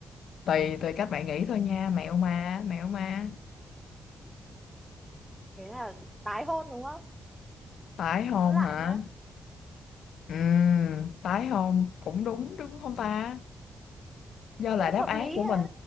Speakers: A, on the left; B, in the centre.
A: tùy tùy các bạn nghĩ thôi nha, mẹo mà, mẹo mà.
B: thế là tái hôn đúng không
A: Tái hôn
B: hôn lại
A: hả?
B: mà
A: Ừ, tái hôn cũng đúng đúng không ta? Do
B: cũng
A: là đáp
B: hợp
A: án
B: lý
A: của
B: ha
A: mình,